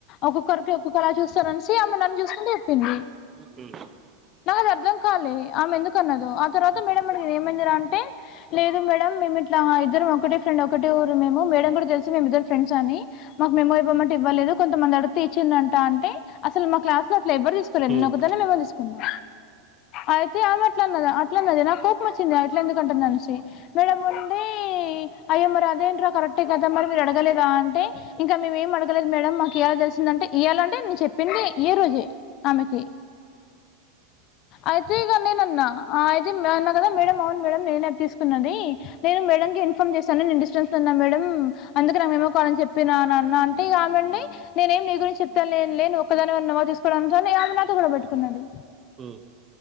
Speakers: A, on the left (about 40°); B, on the right (about 25°).
A: ఒక్కొక్కరికి ఒక్కొక్క అలా చూస్తారు అనేసి ఆమె నన్ను చూసుకుంటూ చెప్పింది
B: ఉ
A: నాద్ అర్థం కాలే, ఆమె ఎందుకు అన్నదొ. ఆ తర్వాత మేడం మేడం ఏమందిరా అంటే లేదు మేడం మేము ఇట్లా ఇద్దరం ఒకటే ఫ్రెండ్ ఒకటే ఊరు మేము, మేడం గూడా దేల్సు మేమ్ ఇద్దరం ఫ్రెండ్స్ అని. మాకు మెమో ఇవ్వమంటే ఇవ్వలేదు. కొంతమంది అడుతే ఇచ్చిందంట అంటే అసలు మా క్లాస్ లో లేవర్ దిసుకోలే
B: హ్మ్
A: నేనొక్కదాన్నే మెమో దిసుకున్నా. అయితే ఆమె అట్లాన్నదా అట్లన్నది. నాకు కోపం వచ్చింది అట్లా ఎందుకంటుంది అనేసి మేడం ఉండి ఈ అయో మరి అదేంట్రా కరెక్టే కదా మరి మీరు అడగలేదా అంటే ఇంకా మేము ఏం అడగలేదు మేడం మాకు ఇయాల దేలిసిందంటే ఇయాలంటే నేను చెప్పింది ఈ రోజే ఆమెకి అయితే ఇగా నేన్ అన్నా ఆ అయితే మా అన్నా గదా మేడం అవును మేడం నేనే అద్ తీస్తున్నది నేను మేడం ఎగేన్ ఇన్ఫార్మ్ జేస్తాను నేను డిస్టెన్సలో ఉన్న మేడం. అందుకే నేన్ మెమో కావాలన్ చెప్ పినా నన్ అంటే ఇగా ఆమె ఉండి నేనేం నీ గురించి చెప్తాలేన్ లే నువ్వు ఒకదానవే ఉన్నావా జుసుకోవడాన్ లే <inaudible> కూడా బెట్టుకున్నది.
B: ఉహ్